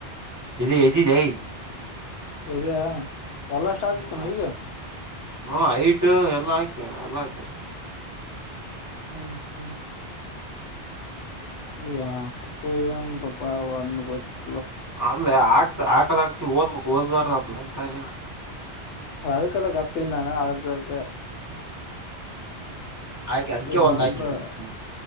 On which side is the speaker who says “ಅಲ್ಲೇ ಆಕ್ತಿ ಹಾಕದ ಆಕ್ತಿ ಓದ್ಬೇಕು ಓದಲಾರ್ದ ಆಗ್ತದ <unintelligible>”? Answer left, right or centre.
Right